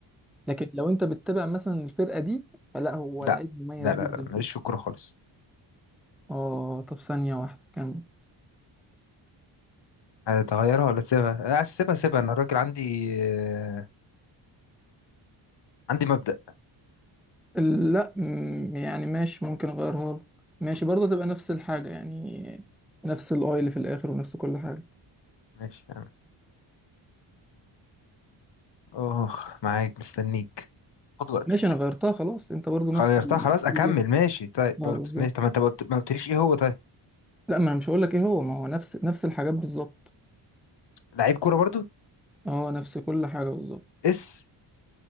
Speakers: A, in the centre; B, on the left.
A: لكن لو انت بتتابع مثلا الفرقه دي فلا هو لعيب
B: لا
A: مميز
B: لا لا
A: جدا
B: لا
A: فيه
B: ماليش في الكورة خالص
A: اه طب ثانيه واحده كم
B: هتغيرها ولا تسيبها؟ عايز تسيبها سيبها أنا الراجل عندي آه، عندي مبدأ
A: لا م- يعني ماشي ممكن اغيرها لك ماشي برضه تبقى نفس الحاجه يعني نفس الاي اللي في الاخر ونفس كل حاجه
B: ماشي أنا. أوه معاك مستنيك خد وقتك
A: ماشي انا غيرتها خلاص انت برضه نفس
B: غيرتها
A: ال-
B: خلاص
A: نفس
B: أكمل
A: الجهاز
B: ماشي طيب
A: اه
B: برضه
A: بالظبط
B: ماشي طب ما أنت ما قلت- ما قلتليش إيه هو طيب
A: لا ما انا مش هقول لك ايه هو ما هو نفس نفس الحاجات بالظبط
B: لعيب كورة برضه
A: هو نفس كل حاجة بالظبط
B: اس